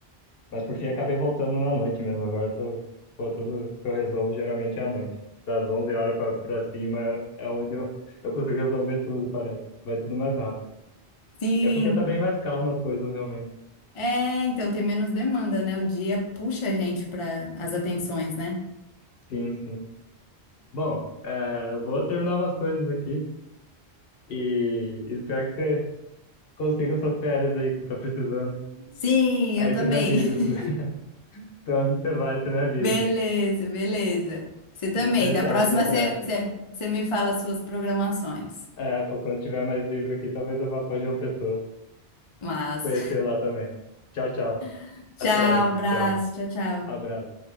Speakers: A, on the left (about 65°); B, on the left (about 45°).
A: Mas por fim acabei voltando na noite mesmo. Agora eu tô, pô, tudo que eu resolvo geralmente é à noite. Das 11 horas pra, pra cima é é onde eu, eu consigo resolver tudo, parece. Vai tudo mais rápido.
B: Sim.
A: É porque tá bem mais calma as coisas, realmente.
B: É, então tem menos demanda, né? O dia puxa a gente para as atenções, né?
A: Sim, sim. Bom, é, eu vou terminar umas coisas aqui e espero que você consiga suas férias aí que você tá precisando.
B: Sim,
A: Aí
B: eu também.
A: você me avisa.
B: <laughs>
A: <laughs> se- Pra onde que você vai, você me avisa.
B: Beleza, beleza. Você também.
A: Eu vou pensar
B: Da próxima
A: alguma. É,
B: você, você, você me fala as suas programações.
A: é, pô, quando tiver mais livre aqui, talvez eu vá pra João Pessoa.
B: Mas,
A: Conhecer lá também. Tchau, tchau.
B: <laughs> tchau,
A: Até, Aline.
B: abraço,
A: Tchau.
B: tchau, tchau.
A: Abraço.